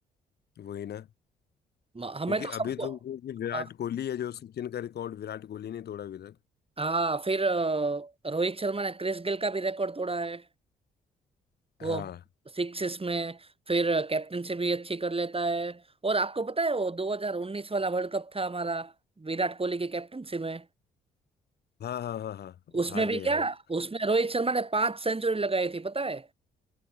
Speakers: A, on the left; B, on the right.
A: वही ना
B: म- हमें
A: क्योंकि
B: तो सबको
A: अभी तो जो ये विराट
B: हाँ
A: कोहली है जो सचिन का रिकॉर्ड विराट कोहली ने तोड़ा अभी तक
B: हाँ, फिर अ, रोहित शर्मा ने क्रिस गेल का भी रिकॉर्ड तोड़ा है
A: हाँ
B: वो सिक्स में फिर कैप्टन से भी अच्छी कर लेता है और आपको पता है वो 2019 वाला वर्ल्ड कप था हमारा विराट कोहली की कैप्टनसी में
A: हाँ हाँ हाँ हाँ वो
B: उसमें
A: हार
B: भी
A: गए
B: क्या
A: यार
B: उसमें रोहित शर्मा ने पांच सेंचुरी लगाई थी पता है